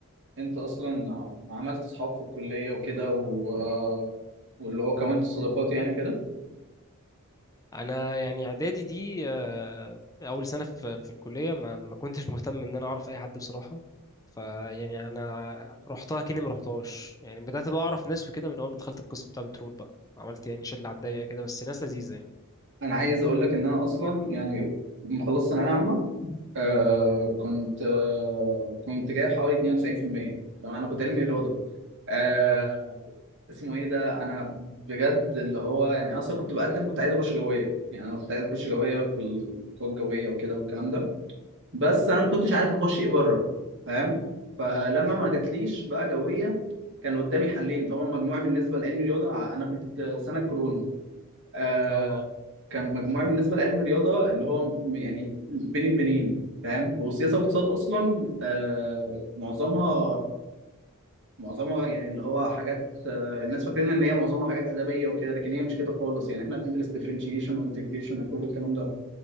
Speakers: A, on the right; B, on the left.
A: انت اصلا ع- عملت اصحاب في الكليه وكده و... آه، واللي هو كونت صداقات يعني كده
B: انا يعني اعدادي دي آه، اول سنه في في الكليه ما ما كنتش مهتم ان انا اعرف اي حد بصراحه فيعني انا رحتها كاني ما رحتهاش يعني بدات بقى اعرف ناس وكده من اول ما دخلت القسم بتاع بترول بقى عملت يعني شله على الضيقه كده بس ناس لذيذه يعني
A: انا عايز اقول لك ان انا اصلا يعني لما خلصت ثانويه عامه آه كنت آه كنت جايب حوالي 92% تمام انا كنت علمي رياضه آه
B: اه
A: اسمه ايه ده انا بجد اللي هو يعني اصلا كنت بقدم كنت عايز اخش جويه يعني انا كنت عايز اخش جويه في القوى الجويه وكده والكلام ده بس انا ما كنتش عارف اخش ايه بره فاهم فلما ما جاتليش بقى جويه كان قدامي حلين طبعا مجموعي بالنسبه لعلمي رياضه انا كنت سنه كورونا آه
B: اه اه
A: كان مجموعي بالنسبه لعلم الرياضه اللي هو م- يعني بين البنين فاهم هو سياسه واقتصاد اصلا آه معظمها معظمها يعني اللي هو حاجات آه الناس فاكرين ان هي معظمها حاجات ادبيه وكده لكن هي مش كده خالص يعني احنا بندرس ديفرنشيشن وانتجريشن وكل الكلام ده